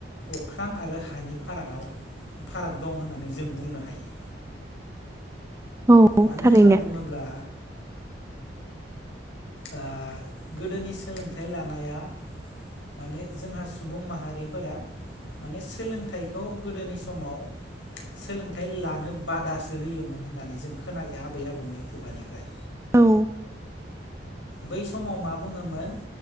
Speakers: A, on the left; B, on the right.
A: अख्रां आरो हानि फारागाव फाराग दं होननानै जों बुंनो हायो
B: औ
A: मानो
B: थारैनो
A: होनना बुङोब्ला ओ गोदोनि सोलोंथाइ लानाया माने जोंहा सुबुं माहारिफोरा माने सोलोंथाइखौ गोदोनि समाव सोलोंथाइ लानो बादासो होयोमोन होननानै जों खोनायो आबै आबौनि खुगानिफ्राय।
B: औ
A: बै समाव मा बुङोमोन